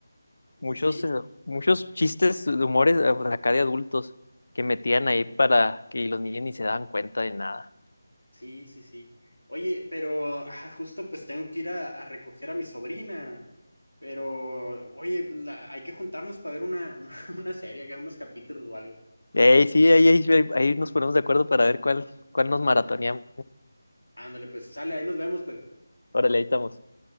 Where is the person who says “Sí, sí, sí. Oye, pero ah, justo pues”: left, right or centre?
Left